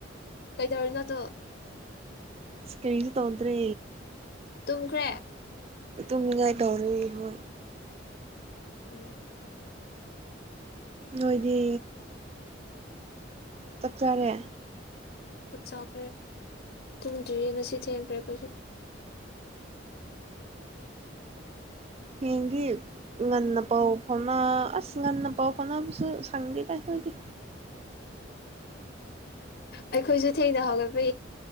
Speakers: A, on the left; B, on the right.
A: ꯀꯩꯗꯧꯔꯤꯅꯣꯗꯣ
B: ꯏꯁꯀ꯭ꯔꯤꯟ ꯇꯧꯗ꯭ꯔꯦ
A: ꯊꯪꯈ꯭ꯔꯦ
B: ꯏꯇꯨꯝꯉꯥꯏ ꯇꯧꯔꯤ ꯍꯣꯏ
A: ꯑꯣ
B: ꯅꯣꯏꯗꯤ ꯆꯥꯛꯆꯔꯦ
A: ꯆꯥꯛ ꯆꯥꯎꯈ꯭ꯔꯦ ꯇꯨꯝꯗ꯭ꯔꯤꯌꯦ ꯉꯁꯤ ꯊꯦꯡꯈ꯭ꯔꯦ ꯑꯩꯈꯣꯏꯁꯨ
B: ꯍꯌꯦꯡꯗꯤ ꯉꯟꯅ ꯄꯥꯎ ꯐꯥꯎꯅ ꯑꯁ ꯉꯟꯅ ꯄꯥꯎ ꯐꯥꯎꯅꯕꯕꯨꯁꯨ ꯁꯪꯗꯦ ꯇꯥꯑꯈꫭꯏꯗꯤ
A: ꯑꯩꯈꯣꯏꯁꯨ ꯊꯦꯡꯅ ꯍꯧꯒꯠꯄ